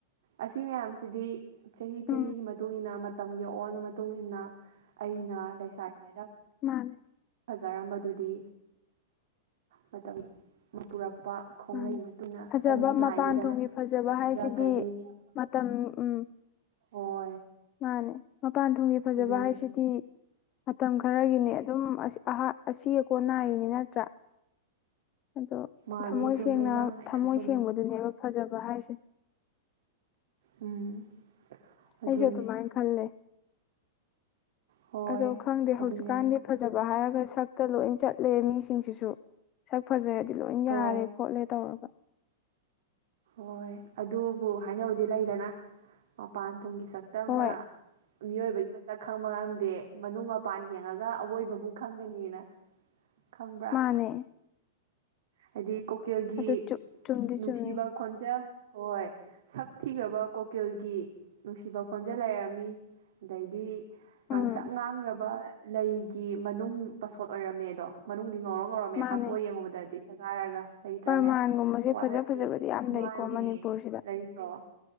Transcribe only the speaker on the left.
ꯎꯝ
ꯃꯥꯅꯦ
ꯃꯥꯅꯦ
ꯐꯖꯕ
ꯃꯄꯥꯟ ꯊꯣꯡꯒꯤ ꯐꯖꯕ ꯍꯥꯏꯁꯤꯗꯤ
ꯃꯇꯝ ꯎꯝ
ꯃꯥꯅꯦ ꯃꯄꯥꯟ ꯊꯣꯡꯒꯤ ꯐꯖꯕ
ꯍꯥꯏꯁꯤꯗꯤ ꯃꯇꯝ ꯈꯔꯒꯤꯅꯦ ꯑꯗꯨꯝ <unintelligible> ꯑꯍꯥꯟ ꯑꯁꯤ ꯑꯀꯣꯟ ꯅꯥꯏꯔꯤꯅꯤ ꯅꯠꯇ꯭ꯔ ꯑꯗꯣ
ꯊꯝꯃꯣꯏ
ꯁꯦꯡꯅ
ꯊꯝꯃꯣꯏ
ꯁꯦꯡꯕꯗꯨꯅꯦꯕ ꯐꯖꯕ ꯍꯥꯏꯁꯦ
ꯑꯩꯁꯨ ꯑꯗꯨꯨꯝꯃꯥꯏ ꯈꯜꯂꯦ
ꯑꯗꯣ ꯈꯪꯗꯦ
ꯍꯧꯖꯤꯛꯀꯥꯟꯗꯤ ꯐꯖꯕ ꯍꯥꯏꯔ ꯁꯛꯇ ꯂꯣꯏ ꯆꯠꯂꯦ ꯃꯤꯁꯤꯡꯁꯤꯁꯨ ꯁꯛ ꯐꯖꯔꯗꯤ ꯂꯣꯏ
ꯌꯥꯔꯦ ꯈꯣꯠꯂꯦ ꯇꯧꯔꯒ
ꯍꯣꯏ
ꯃꯥꯅꯦ
ꯑꯗꯨ ꯆꯨꯝꯗꯤ
ꯆꯨꯝꯃꯤ
ꯎꯝ
ꯃꯥꯅꯦ
ꯄ꯭ꯔꯃꯥꯟꯒꯨꯝꯕꯁꯦ
ꯐꯖ ꯐꯖꯕꯗꯤ ꯌꯥꯝ
ꯂꯩꯀꯣ ꯃꯅꯤꯄꯨꯔꯁꯤꯗ